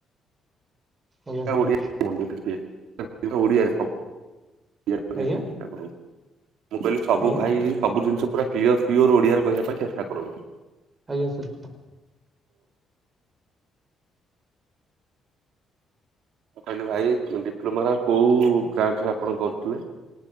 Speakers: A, on the right (about 25°); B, on the right (about 80°).
A: ଆଜ୍ଞା
B: ଓଡ଼ିଆରେ
A: ସାର୍
B: କୁହନ୍ତୁ ଟିକେ, ଓଡ଼ିଆରେ ହ ଯେ କରିବା
A: ଆଜ୍ଞା
B: ପାଇଁ ଚେଷ୍ଟା କରନ୍ତୁ। ମୁଁ କହିଲି ସବୁ
A: ଆଜ୍ଞା
B: ଭାଇ ସବୁ ଜିନିଷ ପୁରା କ୍ଲିଅର ପିଓର ଓଡ଼ିଆରେ କହିବା ପାଇଁ ଚେଷ୍ଟା କରନ୍ତୁ।
A: ଆଜ୍ଞା ସାର୍।
B: କହିଲ ଭାଇ ଡିପ୍ଲୋମାର କୋଉ ବ୍ରାଞ୍ଚ ରେ ଆପଣ କରୁଥିଲେ?